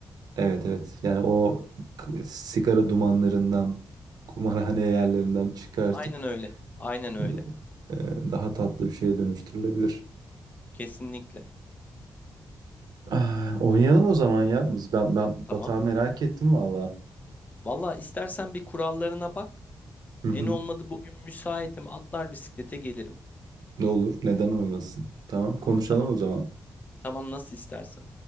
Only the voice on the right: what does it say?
Evet evet. Yani o k- sigara dumanlarından, kumarhane yerlerinden çıkartıp
d- e, daha tatlı bir şeye dönüştürülebilir.
Ah, oynayalım o zaman ya. Biz ben ben
batağı merak ettim valla.
Hı hı.
Ne olur, neden olmasın? Tamam, konuşalım
o zaman.